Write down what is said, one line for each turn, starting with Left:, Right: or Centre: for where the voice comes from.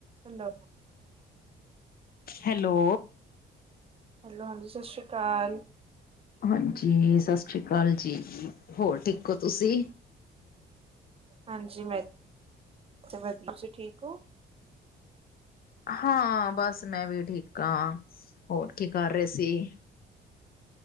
Right: Hello
Left: hello
Right: hello, ਹਾਂਜੀ ਸਤਿ ਸ਼੍ਰੀ ਅਕਾਲ
Left: ਹਾਂਜੀ, ਸਤਿ ਸ੍ਰੀ ਅਕਾਲ ਜੀ ਹੋਰ ਠੀਕ ਹੋ ਤੁਸੀਂ
Right: ਹਾਂਜੀ, ਮੈਂ ਵਧੀਆ ਤੁਸੀਂ ਠੀਕ ਹੋ
Left: ਹਾਂ, ਬਸ ਮੈਂ ਵੀ ਠੀਕ ਹਾਂ ਹੋਰ ਕੀ ਕਰ ਰਹੇ ਸੀ